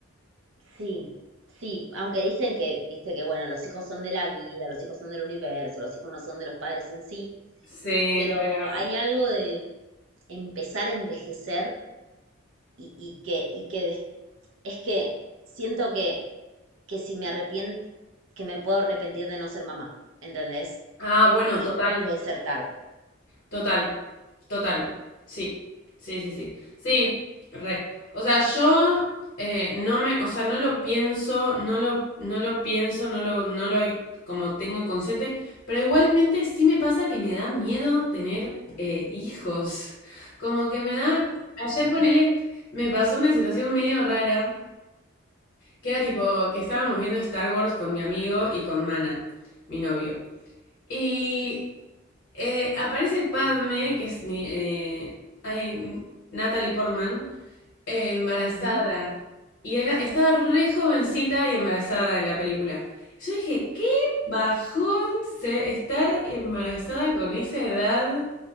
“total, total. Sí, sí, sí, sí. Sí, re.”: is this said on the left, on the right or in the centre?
Left